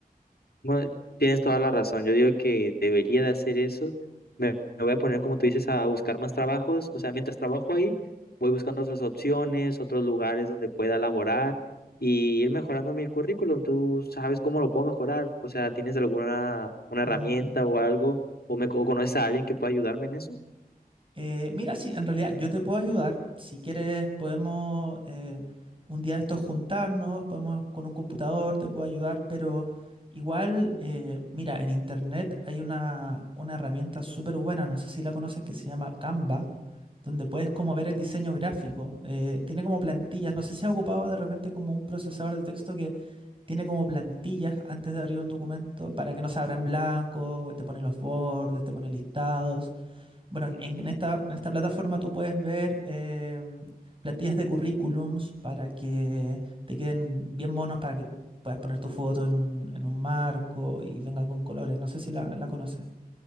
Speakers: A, on the left; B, on the right.
A: Bueno, tienes toda la razón. Yo digo que debería de hacer eso. Me, me voy a poner, como tú dices, a buscar más trabajos. O sea, mientras trabajo ahí, voy buscando otras opciones, otros lugares donde pueda laborar y ir mejorando mi currículum. ¿Tú sabes cómo lo puedo mejorar? O sea, ¿tienes alguna una
B: Mm.
A: herramienta o algo? ¿O me o conoces a alguien que pueda ayudarme en eso?
B: Eh, mira, sí, en realidad yo te puedo ayudar. Si quieres, podemos eh, un día de estos juntarnos, podemos con un computador, te puedo ayudar, pero igual, eh, mira, en internet hay una, una herramienta súper buena, no sé si la conoces, que se llama Canva, donde puedes como ver el diseño gráfico. Eh, tiene como plantillas, no sé si has ocupado de repente como un procesador de texto que tiene como plantillas antes de abrir un documento para que no se abra en blanco, te pone los bordes, te pone listados. Bueno, en en esta, en esta plataforma tú puedes ver eh, plantillas de currículums para que te queden bien monos, para que puedas poner tu foto en un, en un marco y venga con colores. No sé si la, la conoces.